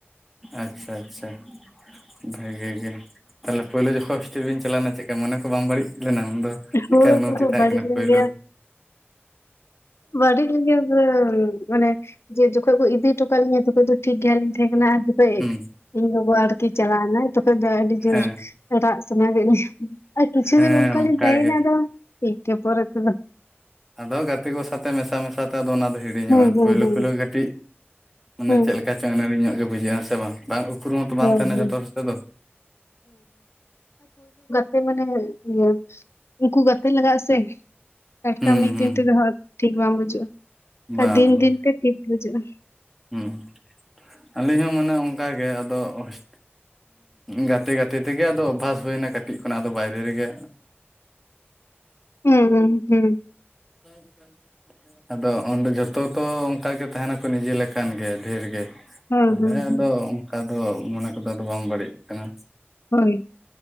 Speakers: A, in the centre; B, on the left.
A: ᱟᱪᱪᱷᱟ ᱟᱪᱪᱷᱟ ᱵᱷᱟᱹᱜᱮ ᱜᱮ᱾ ᱛᱟᱦᱚᱞᱮ ᱯᱟᱹᱭᱞᱟᱹ ᱡᱚᱠᱷᱚ ᱦᱳᱥᱴᱮᱞ ᱵᱤᱱ ᱪᱟᱞᱟᱣᱱᱟ ᱪᱮᱜᱠᱟ ᱢᱚᱱᱮ ᱠᱚ ᱵᱟᱝ ᱵᱟᱹᱲᱤᱡ ᱞᱮᱱᱟ ᱩᱱᱫᱚ᱾ ᱪᱮᱜᱠᱟ
B: ᱦᱳᱭ ᱠᱚᱫᱚ
A: <inaudible> ᱛᱟᱦᱮᱸ
B: ᱵᱟᱹᱲᱤᱡ
A: ᱠᱟᱱᱟ
B: ᱞᱮᱱ
A: ᱯᱟᱹᱭᱞᱟᱹ
B: ᱜᱮᱭᱟ ᱵᱟᱹᱲᱤᱡ <inaudible> ᱢᱟᱱᱮ ᱡᱮ ᱡᱚᱠᱷᱚᱡ ᱠᱚ ᱤᱫᱤ ᱦᱚᱴᱚ ᱠᱟᱜ ᱞᱤᱧᱟᱹ ᱛᱚᱠᱷᱚᱡ ᱫᱚᱼᱼ ᱴᱷᱤᱠ ᱜᱮᱭᱟᱞᱤᱧ ᱛᱟᱦᱮᱸ ᱠᱟᱱᱟ ᱟᱨ ᱡᱚᱠᱷᱚᱡ
A: ᱦᱩᱸ
B: ᱤᱧ ᱜᱚᱜᱚ ᱟᱨᱠᱤ ᱪᱟᱞᱟᱣᱱᱟᱭᱼᱼ ᱟᱹᱰᱤ ᱡᱳᱨ
A: ᱦᱮᱸ
B: ᱨᱟᱜ ᱥᱟᱱᱟ ᱠᱮᱫ ᱞᱤᱧᱟ ᱟᱨ ᱠᱤᱪᱷᱩ
A: ᱦᱮᱸ
B: ᱫᱤᱱ ᱚᱱᱠᱟ
A: ᱚᱱᱠᱟᱜᱮ
B: ᱞᱤᱧ ᱛᱟᱦᱮᱸᱭᱮᱱᱟ ᱟᱫᱚ᱾ ᱪᱮᱜ ᱪᱚ ᱯᱚᱨᱮ ᱛᱮᱫᱚ᱾
A: ᱟᱫᱚ ᱜᱟᱛᱮ ᱠᱚ ᱥᱟᱛᱮᱜ ᱢᱮᱥᱟ ᱢᱮᱥᱟ ᱛᱟ ᱫᱚ ᱚᱱᱟ ᱫᱚ ᱦᱤᱲᱤᱧᱚᱜᱼᱟ
B: ᱦᱩᱸ ᱦᱩᱸ
A: ᱯᱟᱹᱭᱞᱟᱹ
B: ᱦᱩᱸ
A: ᱯᱟᱹᱭᱞᱟᱹ ᱠᱟᱹᱴᱤᱡ ᱢᱟᱱᱮ
B: ᱦᱩᱸ
A: ᱪᱮᱫ ᱞᱮᱠᱟ ᱪᱚᱝ ᱟᱹᱱᱟᱹᱲᱤᱧᱚᱜ ᱜᱮ ᱵᱩᱡᱷᱟᱹᱜᱼᱟ ᱥᱮ ᱵᱟᱝ᱾ ᱵᱟᱝ ᱩᱯᱨᱩᱢ ᱦᱚᱸᱛᱚ ᱵᱟᱝ
B: ᱦᱳᱭ
A: ᱛᱟᱦᱮᱱᱟ
B: ᱦᱳᱭ
A: ᱡᱷᱚᱛᱚ ᱦᱚᱲ ᱥᱟᱛᱮᱜ ᱫᱚ᱾
B: ᱦᱳᱭ ᱢᱟᱱᱮ ᱤᱭᱟᱹ ᱩᱱᱠᱩ ᱜᱟᱛᱮ ᱞᱟᱜᱟᱜ-ᱟ ᱥᱮ ᱴᱟᱴᱠᱟ
A: ᱦᱩᱸ
B: ᱢᱤᱫ
A: ᱦᱩᱸ
B: ᱫᱤᱱ ᱛᱮᱫᱚ ᱦᱟᱸᱜᱼᱼ ᱴᱷᱤᱠ ᱵᱟᱝ ᱵᱩᱡᱩᱜ-ᱟ
A: ᱵᱟᱝ
B: ᱫᱤᱱ
A: ᱵᱟᱝ
B: ᱫᱤᱱ ᱛᱮ ᱴᱷᱤᱠ ᱵᱩᱡᱩᱜ-ᱟ᱾
A: ᱦᱩᱸ ᱟᱹᱞᱤᱧ ᱦᱚᱸ ᱢᱟᱱᱮ ᱚᱱᱠᱟ ᱜᱮ ᱟᱫᱚ ᱦᱳᱥ ᱜᱟᱛᱮ ᱜᱟᱛᱮ ᱛᱮᱜᱮ ᱟᱫᱚ ᱚᱵᱵᱷᱟᱥ ᱦᱩᱭᱱᱟ, ᱠᱟᱹᱴᱤᱡ ᱠᱷᱚᱱᱟᱜ ᱟᱫᱚ ᱵᱟᱭᱨᱮ ᱨᱮᱜᱮ᱾
B: ᱦᱩᱸ ᱦᱩᱸ ᱾
A: <unintelligible> ᱟᱫᱚ ᱚᱸᱰᱮ ᱡᱷᱚᱛᱚ ᱛᱚ ᱚᱱᱠᱟ ᱜᱮ ᱛᱟᱦᱮᱱᱟᱠᱚ ᱱᱤᱡᱮ ᱞᱮᱠᱟᱱ ᱜᱮ ᱰᱷᱮᱨ ᱜᱮ᱾
B: ᱦᱳᱭ
A: ᱛᱟᱦᱞᱮ
B: ᱦᱳᱭ ᱦᱳᱭ
A: ᱟᱫᱚ ᱚᱱᱠᱟ ᱫᱚ ᱢᱚᱱᱮ ᱠᱚᱫᱚ ᱟᱫᱚ ᱵᱟᱝ ᱵᱟᱹᱲᱤᱡ ᱠᱟᱱᱟ᱾
B: ᱦᱳᱭ